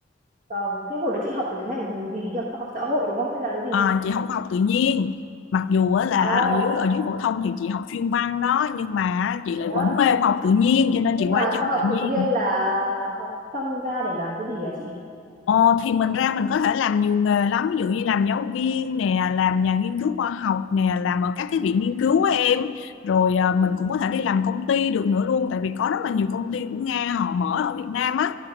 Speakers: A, on the right; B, on the left.
A: vâng thế hồi đấy chị học về cái ngành gì nhỉ khoa học xã hội đúng không hay là cái gì
B: à, chị không học tự nhiên mặc dù là
A: à
B: ở dưới ở dưới phổ thông thì chị học chuyên văn đó nhưng mà chị
A: thế
B: lại
A: á
B: vẫn mê học tự nhiên cho nên
A: nhưng
B: chị qua
A: mà
B: đây chị
A: khoa
B: học
A: học
B: tự nhiên
A: tự nhiên là học xong ra để làm cái gì à chị
B: Ờ, thì mình ra mình có thể làm nhiều nghề lắm ví dụ như làm giáo viên nè làm nhà nghiên cứu khoa học nè làm ở các cái viện nghiên cứu á em rồi à, mình cũng có thể đi làm công ty được nữa luôn tại vì có rất là nhiều công ty của Nga họ mở ở Việt Nam á